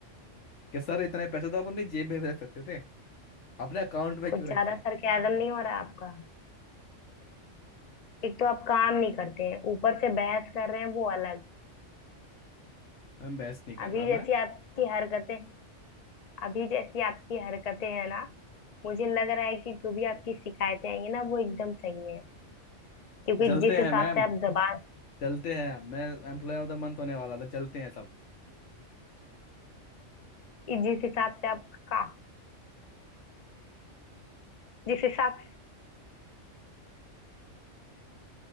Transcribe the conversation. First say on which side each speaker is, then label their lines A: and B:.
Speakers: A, on the left; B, on the left.
A: कि सर इतने पैसे तो आप अपनी जेब में भी रख सकते थे अपने अकाउंट में
B: कुछ
A: क्यों
B: ज्यादा
A: रखे हैं
B: सरकाजम नहीं हो रहा आपका एक तो आप काम नहीं करते हैं ऊपर से बहस कर रहे हैं वो अलग
A: मैम बहस नहीं कर
B: अभी
A: रहा
B: जैसी
A: मैं
B: आपकी हरकतें अभी जैसी आपकी हरकतें हैं ना मुझे लग रहा है कि जो भी आपकी शिकायतें आई हैं ना वो एकदम सही है क्योंकि
A: जलते
B: जिस
A: हैं
B: हिसाब
A: मैम
B: से आप जबान
A: जलते हैं मैं एम्प्लॉय ऑफ द मंथ होने वाला था जलते हैं सब
B: जिस हिसाब से आप का जिस हिसाब